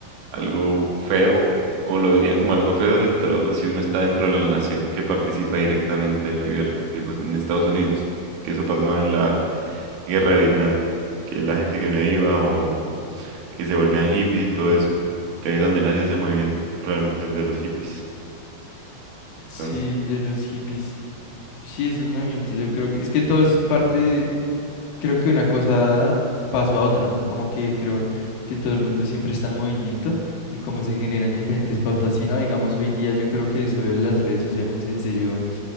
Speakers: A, on the right (about 75°); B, on the left (about 85°).
A: algo feo, o lo verían como algo feo dentro, si uno está dentro de la nación que participa directamente en la guerra, tipo en Estados Unidos, que eso pasaba en la guerra de Vietnam, que la gente que no iba o que se volvían hippies y todo eso, que ahí es donde nace ese movimiento, realmente el de los hippies. Entonces,
B: Sí, de los hippies, sí, esos movimientos, yo creo que, es que todo es parte, de- creo que una cosa dada pasó a otra, ¿no? Como que creo que todo el mundo siempre está en movimiento y cómo se generan diferentes pautas. Si no, digamos, hoy día yo creo que eso de las redes sociales en serio